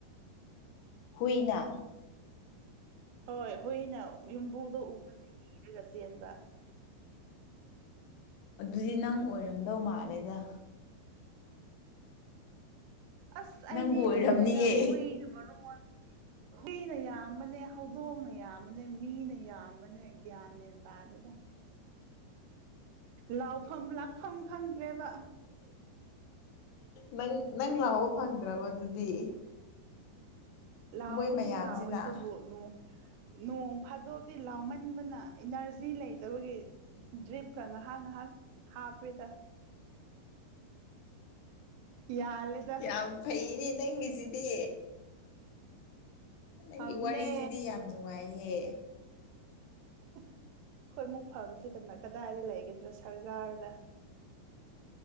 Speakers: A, on the left; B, on the right.
A: ꯍꯅꯥ
B: ꯍꯣꯏ ꯍꯨꯏꯅ ꯌꯨꯝꯕꯨꯗꯣ ꯎꯕꯗꯤ ꯀꯤꯔꯒ ꯆꯦꯟꯕ
A: ꯑꯗꯨꯗꯤ ꯅꯪ ꯑꯣꯏꯔꯝꯗꯧ ꯃꯥꯜꯂꯦꯗ
B: ꯑꯁ ꯑꯩꯗꯦꯝꯗꯦꯗ
A: ꯅꯪꯕꯨ ꯑꯣꯏꯔꯝꯅꯤꯌꯦ
B: ꯍꯨꯏ ꯔꯨꯔꯨ ꯍꯅ ꯌꯥꯝꯕꯅꯦ ꯍꯧꯗꯣꯡꯅ ꯌꯥꯝꯕꯅꯦ ꯃꯤꯅ ꯌꯥꯝꯕꯅꯦ ꯒ꯭ꯌꯥꯟ ꯃꯦꯟ ꯇꯥꯗꯒ ꯂꯥꯎꯐꯝ ꯂꯥꯛꯐꯝ ꯈꯪꯗ꯭ꯔꯦꯕ
A: ꯅꯪ ꯅꯪ ꯂꯥꯎꯕ ꯐꯪꯗ꯭ꯔꯕ ꯑꯗꯨꯗꯤ
B: ꯂꯥꯎꯕꯨꯗꯤ
A: ꯃꯣꯏ ꯃꯌꯥꯝꯁꯤꯅ
B: ꯂꯥꯎꯋꯦ ꯑꯗꯨꯕꯨꯣꯡ ꯅꯣꯡ ꯐꯥꯗꯣꯛꯇꯤ ꯂꯥꯎꯃꯟꯕꯅ ꯏꯅꯔꯖꯤ ꯂꯩꯇꯕꯒꯤ ꯗ꯭ꯔꯤꯞꯀ ꯉꯥꯏꯍꯥꯛ ꯉꯥꯏꯍꯥꯛ ꯍꯥꯄꯦ ꯇ ꯌꯥꯂꯦꯗ
A: ꯌꯥꯝ ꯐꯩꯅꯦ ꯅꯪꯒꯤꯁꯤꯗꯤ ꯅꯪꯒꯤ
B: ꯐꯕꯅꯦ
A: ꯋꯥꯔꯤꯁꯤꯗꯤ ꯌꯥꯝ ꯅꯨꯡꯉꯥꯏꯍꯦ
B: ꯑꯩꯈꯣꯏ ꯃꯨꯛ ꯐꯕꯕꯁꯤꯦ ꯀꯩꯅ ꯀꯗꯥꯏꯗ ꯂꯩꯒꯗ꯭ꯔꯣ ꯁꯔꯀꯥꯔꯗ